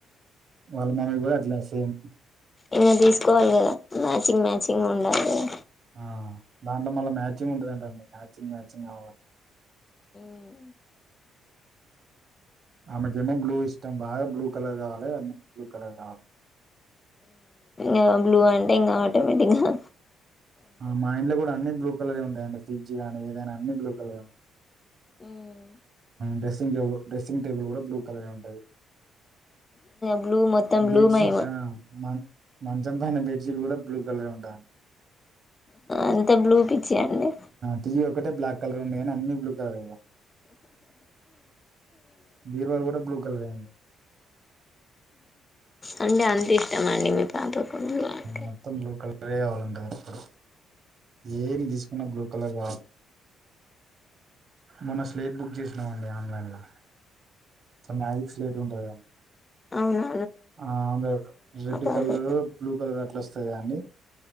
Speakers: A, on the right; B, on the left.
A: వాళ్ళ మమ్మీ కూడా అట్లా సేమ్
B: ఇంకా తీసుకోవాలి కదా మ్యాచింగ్ మ్యాచింగ్ ఉండాలి కదా
A: ఆ దాంట్లో మళ్ళా మ్యాచింగ్ ఉంటుందింట అండి మ్యాచింగ్ మ్యాచింగ్ కావాలి
B: మ్మ్.
A: ఆమెకు ఏమో బ్లూ ఇష్టం బాగా బ్లూ కలర్ కావాల అన్ని బ్లూ కలర్ కావాల
B: ఇం బ్లూ అంటే ఇంకా ఆటోమేటిక్ గా
A: మా ఇంట్లో కూడా అన్ని బ్లూ కలర్ ఉంటాయిడి ఫ్రిడ్జ్ కానీ ఇది కానీ అన్ని బ్లూకల్
B: మ్మ్.
A: డ్రెస్సింగ్ టబుల్ డ్రెస్సింగ్ టేబుల్ కూడా బ్లూ కలర్ ఉంటుది
B: బ్లూ మొత్తం బ్లూ
A: బెడ్షీట్
B: మహిమ
A: మ మంచం పైన బెడ్షీట్ కూడా బ్లూ కలర్ ఉంటా
B: అంత బ్లూ పిచ్చియండి
A: టీవీ ఒకటే బ్లాక్ కలర్ ఉంది కానీ అన్ని బ్లూ కలర్ బీరువా కూడా బ్లూ కలర్ అ అండి
B: అడి అంటి త మడి మీ పాపకు బ్లూ అంటే
A: మత్తం బ్లూ కలరే అవరుండి పంగప్పుడు ఏం తీసుకో బ్లూ కలర్ మొన్న స్లేట్ బుక్ చేసినామ అండి ఆన్లైన్ లో నాజక్ స్లేట్ ఉంటుందిండి <inaudible>
B: అవునా
A: ఆ అ రెడ్
B: పాపకి
A: కలరు బ్లూ కలర్ ఎట్లొస్తాయా అన్నీ